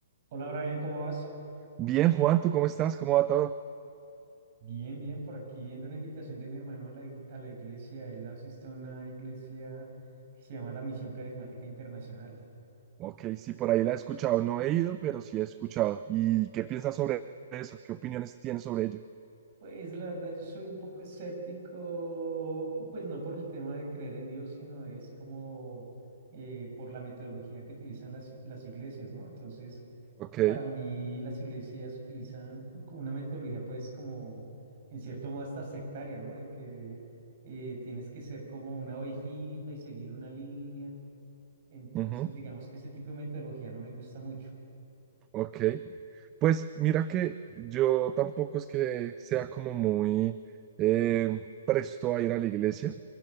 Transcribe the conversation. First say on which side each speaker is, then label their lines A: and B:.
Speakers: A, on the right; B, on the right.
A: Hola Brian, ¿cómo vas?
B: Bien, Juan, ¿tú cómo estás? ¿Cómo va todo?
A: Bien, bien, por aquí viendo una invitación de mi hermano a la, ig- a la iglesia. Él asiste a una iglesia que se llama la Misión Carismática Internacional.
B: Ok, sí, por ahí la he escuchado. No he ido, pero sí he escuchado. ¿Y qué piensas sobre eso? ¿Qué opiniones tienes sobre ello?
A: Pues la verdad yo soy un poco escéptico, pues no por el tema de creer en Dios, sino es como eh, por la metodología que utilizan las, las iglesias, ¿no? Entonces,
B: Ok.
A: Para mí las iglesias utilizan co- una metodología pues como en cierto modo hasta sectaria, ¿no? De que eh, tienes que ser como una ovejita y seguir una línea. Entonces
B: ujú.
A: digamos que ese tipo de metodología no me gusta mucho.
B: Ok, pues mira que yo tampoco es que sea como muy eh, presto a ir a la iglesia.